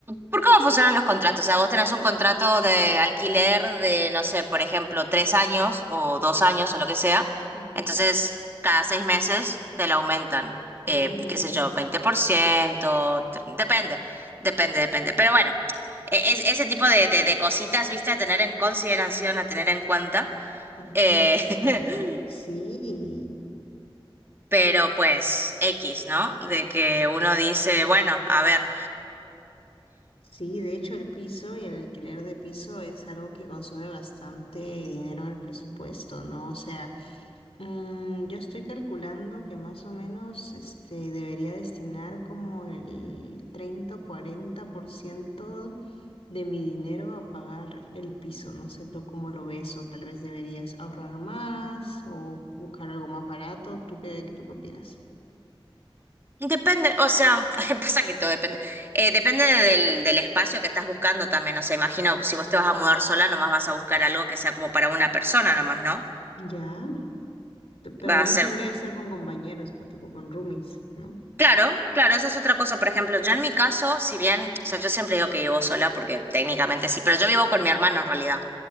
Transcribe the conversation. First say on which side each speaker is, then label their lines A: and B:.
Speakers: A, on the right; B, on the left.
A: ¿Por cómo funcionan los contratos? O sea, vos tenés un contrato de alquiler de, no sé, por ejemplo, tres años o dos años o lo que sea.
B: Ajá.
A: Entonces, cada seis meses te lo aumentan, eh,
B: Ah,
A: qué sé yo, 20%, tr- depende, depende, depende. Pero bueno, e- es, ese tipo de, de, de cositas, viste, a tener en consideración, a tener en cuenta.
B: ah,
A: Eh,
B: Vale, vale.
A: <laughs>
B: Sí,
A: pero pues, X, ¿no? De que uno dice, bueno, a ver.
B: sí, de hecho el piso y el alquiler de piso es algo que consume bastante dinero en el presupuesto, ¿no? O sea, Mm, yo estoy calculando que más o menos este, debería destinar como el 30 o 40% de mi dinero a pagar el piso. No sé tú cómo lo ves, o tal vez deberías ahorrar más o buscar algo más barato. ¿Tú qué, tú qué opinas?
A: Mm, Depende, o sea, <laughs> que pasa que todo depende. Eh, depende del, del espacio que estás buscando también. O sea, imagino si vos te vas a mudar sola, nomás vas a buscar algo que sea como para una persona nomás, ¿no?
B: Ya. T- Pero
A: Va
B: también
A: a ser.
B: podría ser con compañeros, con- tipo con roomies, no
A: Claro, claro, esa es otra cosa. Por ejemplo, yo en mi caso, si bien, o sea, yo siempre digo que vivo sola porque técnicamente sí, pero yo vivo con mi hermano en realidad.